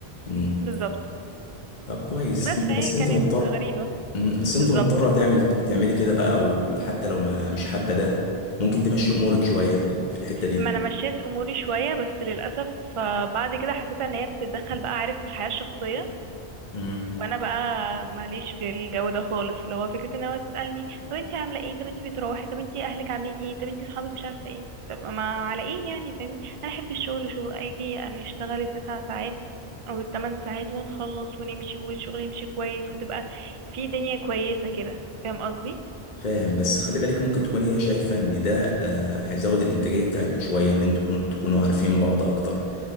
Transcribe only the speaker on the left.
مم.
طب كويس
انت
بس
انت مضطر
مم. بس
انت مضطرة تعمل تعملي كده بقى وحتى لو ما مش حابة ده ممكن تمشي امورك شوية في ال- في الحتة دي
مم.
فاهم بس خلي بالك ممكن تكون هي شايفة ان ده آه، هيزود الانتاجية بتاعتكم شوية ان انتوا تكون- تكونوا عارفين بعض اكتر